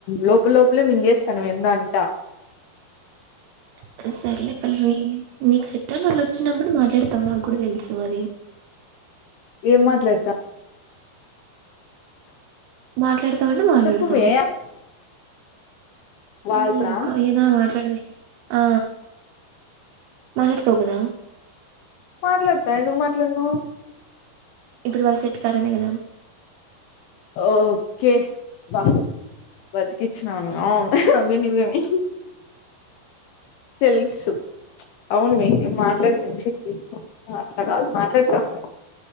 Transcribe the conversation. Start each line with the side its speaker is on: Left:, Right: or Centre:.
Left: లోప లోపలే మింగేస్తానువు ఏందో అంత
Right: సర్ సర్లే పల్లవి మీకు సెట్ అవన్లత్ చిన్నప్పుడు మాట్లాడతావ్ నా కూడా తెల్సు అది
Left: ఏం మాట్లాడత
Right: మాట్లాడతావ్ అంటే మాట్లాడతావ్
Left: చెప్పుమే వాళ్ళతోనా
Right: హ్మ్ ఇంకా ఏదన్నా మాట్లాడవే ఆ మాట్లాడతావ్ కదా
Left: మాట్లాడతా ఎందుకు మాట్లాడాను
Right: ఇప్పుడు వాళ్ళు సెట్ కారనే కదా
Left: ఓకే బ బతికిచ్చనవ్ అవును అది నిజమే తెలుసు అవును మీ మాట్లాడి <unintelligible> తీస్కో. ఆ అట్లా కాదు మాట్లాడతా <unintelligible>